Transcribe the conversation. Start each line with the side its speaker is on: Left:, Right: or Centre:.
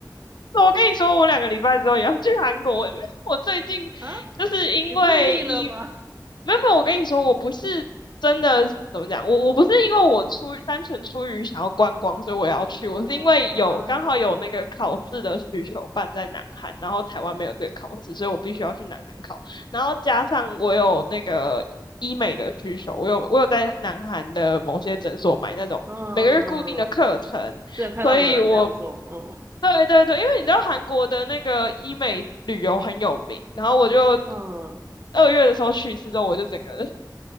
Left: 我跟你说，我两个礼拜之后也要去韩国，因为我最近
Right: 啊？
Left: 就是因为医，
Right: 你不是腻了吗？
Left: 没有没有，我跟你说，我不是真的怎么讲，我我不是因为我出于单纯出于想要观光，所以我要去，
Right: 嗯啊，
Left: 我是因为有刚好有那个考试的需求办在南韩，然后台湾没有这个考试，所以我必须要去南韩考，然后加上我有那个医美的需求，我有我有在南韩的某些诊所买那种每个月固定的课程。
Right: 嗯，真的看到有人这样做，
Left: 所以我
Right: 嗯
Left: 对对对，因为你知道韩国的那个医美旅游很有名，然后我就
Right: 嗯，
Left: 二月的时候去一次之后，我就整个人